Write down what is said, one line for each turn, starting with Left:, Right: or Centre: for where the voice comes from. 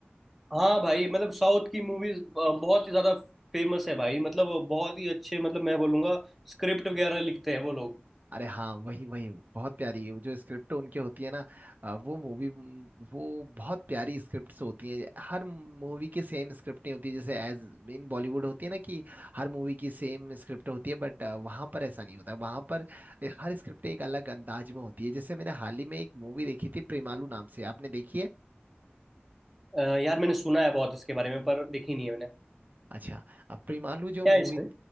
Centre: हाँ भाई मतलब साउथ की मूवीज बहुत ही ज्यादा फेमस है भाई मतलब बहुत ही अच्छे मतलब मैं बोलूंगा स्क्रिप्ट वगैरह लिखते हैं वो लोग
Right: अरे हाँ वही वही बहुत प्यारी है। वो जो स्क्रिप्ट उनकी होती है ना अ, वो मूवी वो बहुत प्यारी स्क्रिप्ट्स होती हैं हर मूवी की सेम स्क्रिप्ट नहीं होती है जैसे एज इन बॉलीवुड होती है ना कि हर मूवी की सेम स्क्रिप्ट होती है बट वहाँ पर ऐसा नहीं होता वहाँ पर हर स्क्रिप्ट एक अलग अंदाज में होती है जैसे मैंने हाल ही में एक मूवी देखी थी प्रेमालू नाम से आपने देखी है
Centre: अ, यार मैंने सुना है बहुत इसके बारे में पर देखी नहीं है मैंने
Right: अच्छा अब प्रेमालू जो
Centre: क्या
Right: मूवी
Centre: है इसमें